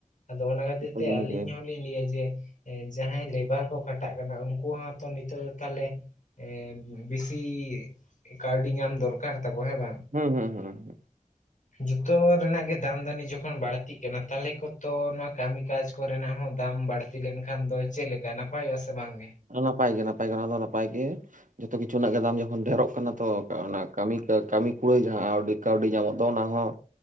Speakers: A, on the left (about 65°); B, on the right (about 70°).
A: ᱟᱫᱚ ᱚᱱᱟ ᱠᱷᱟᱹᱛᱤᱨ
B: ᱡᱚᱛᱚ
A: ᱛᱮ
B: ᱡᱤᱱᱤᱥ
A: ᱟᱹᱞᱤᱧ
B: ᱜᱮ
A: ᱦᱚ ᱞᱤᱧ ᱞᱟᱹᱭᱟ ᱡᱮ ᱡᱟᱦᱟᱸᱭ ᱞᱮᱵᱟᱨ ᱠᱚ ᱠᱷᱟᱴᱟᱜ ᱠᱟᱱᱟ ᱩᱱᱠᱩ ᱦᱚᱸᱛᱚ ᱱᱤᱛᱚᱜ ᱫᱚ ᱛᱟᱦᱚᱞᱮ ᱮ ᱵᱮᱥᱤ ᱠᱟᱹᱣᱰᱤ ᱧᱟᱢ ᱫᱚᱨᱠᱟᱨ ᱛᱟᱠᱚ ᱦᱮᱸ ᱵᱟᱝ?
B: ᱦᱩᱸ ᱦᱩᱸ ᱦᱩᱸ ᱦᱩᱸ,
A: ᱡᱚᱛᱚ ᱨᱮᱱᱟᱜ ᱜᱮ ᱫᱟᱢ ᱫᱟᱹᱱᱤ ᱡᱚᱠᱷᱚᱱ ᱵᱟᱹᱲᱛᱤᱜ ᱠᱟᱱᱟ ᱛᱟᱦᱚᱞᱮ ᱠᱚᱛᱚ ᱱᱚᱣᱟ ᱠᱟᱹᱢᱤ ᱠᱟᱡᱽ ᱠᱚᱨᱮᱱᱟᱜ ᱦᱚᱸ ᱫᱟᱢ ᱵᱟᱹᱲᱛᱤ ᱛᱤ ᱞᱮᱱᱠᱷᱟᱱ ᱫᱚ ᱪᱮᱫ ᱞᱮᱠᱟ ᱱᱟᱯᱟᱭᱚᱜᱼᱟ ᱥᱮ ᱵᱟᱝᱜᱮ?
B: ᱱᱟᱯᱟᱭ ᱜᱮ ᱱᱟᱯᱟᱭ ᱜᱮ ᱚᱱᱟ ᱫᱚ ᱱᱟᱯᱟᱭ ᱜᱮ, ᱡᱚᱛᱚ ᱠᱤᱪᱷᱩ ᱨᱮᱱᱟᱜ ᱜᱮ ᱫᱟᱢ ᱡᱚᱠᱷᱚᱱ ᱰᱷᱮᱨᱚᱜ ᱠᱟᱱᱟ ᱛᱚ ᱠᱟᱹᱢᱤ ᱠᱟᱹᱢᱤ ᱠᱩᱲᱟᱹᱭ ᱡᱟᱦᱟᱸ ᱠᱟᱹᱣᱰᱤ ᱧᱟᱢᱚᱜ ᱫᱚ ᱚᱱᱟ ᱦᱚᱸ